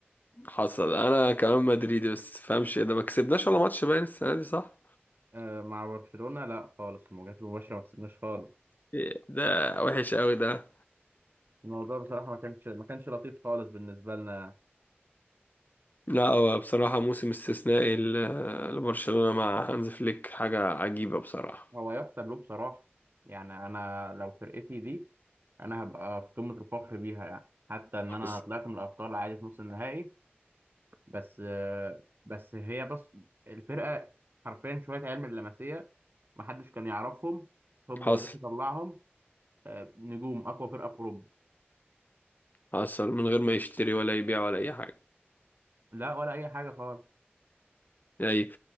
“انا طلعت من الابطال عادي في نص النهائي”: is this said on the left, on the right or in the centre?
Right